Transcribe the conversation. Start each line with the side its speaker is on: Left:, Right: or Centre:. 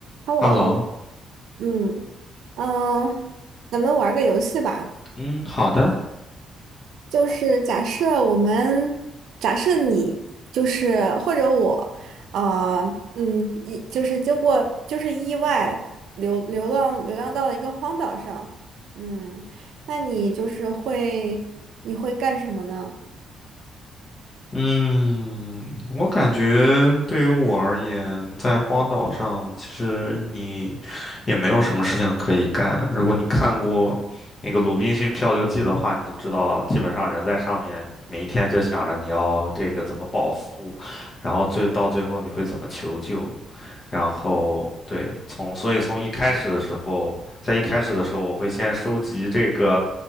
Right: Hello，
Left: Hello，
Right: 嗯，嗯，咱们玩个游戏吧。
Left: 嗯，好的，
Right: 就是假设我们，假设你就是或者我，啊、嗯，一就是经过就是意外流流浪流浪到了一个荒岛上，嗯，那你就是会你会干什么呢？
Left: 嗯，我感觉对于我而言，在荒岛上，其实你也没有什么事情可以干。如果你看过那个《鲁滨逊漂流记》的话，你就知道，基本上人在上面每一天就想着你要这个怎么饱腹，然后最到最后你会怎么求救，然后对，从所以从一开始的时候，在一开始的时候，我会先收集这个。